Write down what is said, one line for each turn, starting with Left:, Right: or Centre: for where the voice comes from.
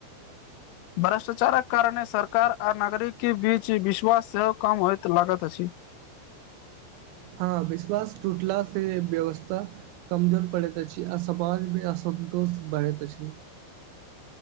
Left: भ्रष्टाचारक कारणे सरकार आ नागरिकी बीच विश्वास सेहो कम होइत लागैत अछि
Right: ह विश्वास टूटला से व्यवस्था कमजोर पड़ैत अछि आ समाज मे असन्तोष बढ़ैत अछि।